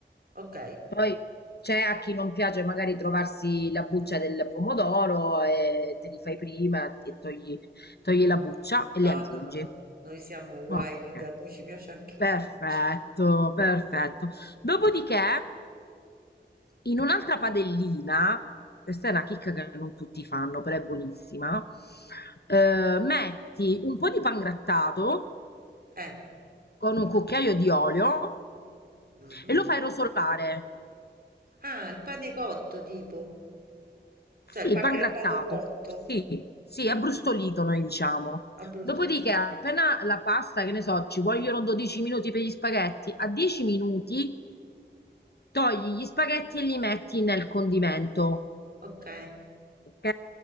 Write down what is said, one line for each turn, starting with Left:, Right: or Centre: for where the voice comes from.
Right: Ok.
Left: Poi c'è a chi non piace magari trovarsi la buccia del pomodoro e te li fai prima e togli, togli la buccia e li
Right: No,
Left: aggiungi.
Right: no, no, no. Noi siamo
Left: Ok,
Right: wild, a noi ci piace anche
Left: perfetto,
Right: la pizza.
Left: perfetto. Dopodiché, in un'altra padellina, questa è una chicca che non tutti fanno, però è buonissima, eh, metti un po' di pangrattato
Right: Eh.
Left: con un cucchiaio di olio
Right: mhm.
Left: e lo fai rosolare.
Right: Ah, il pane cotto tipo,
Left: Sì,
Right: cioè il pangrattato
Left: pangrattato,
Right: cotto.
Left: sì, sì,
Right: Mm,
Left: abbrustolito noi diciamo.
Right: a brustolino.
Left: Dopodiché, appena la pasta, che ne so, ci vogliono 12 minuti per gli spaghetti, a 10 minuti togli gli spaghetti e li metti nel condimento
Right: Ok,
Left: ok?